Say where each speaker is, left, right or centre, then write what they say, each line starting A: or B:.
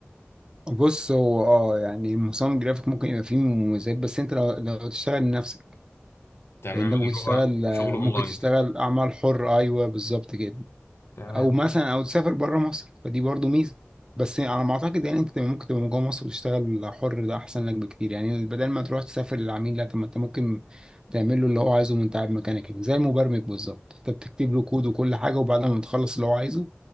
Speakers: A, on the right (about 20°); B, on the left (about 65°).
A: بص هو اه يعني مصمم جرافيك ممكن يبقى فيه مميزات بس انت لو لو تشتغل لنفسك
B: تمام
A: لان ده
B: اللي
A: ممكن تشتغل
B: هو شغل اونلاين
A: ممكن تشتغل اعمال حر ايوه بالظبط كده
B: تمام
A: او مثلا او تسافر بره مصر فدي برضو ميزه بس على ما اعتقد يعني انت ممكن تبقى من جوه مصر وتشتغل حر ده احسن لك بكتير يعني بدل ما تروح تسافر للعميل لا طب ما انت ممكن تعمل له اللي هو عايزه وانت قاعد مكانك هنا زي المبرمج بالظبط انت بتكتب له كود وكل حاجه وبعد ما بتخلص اللي هو عايزه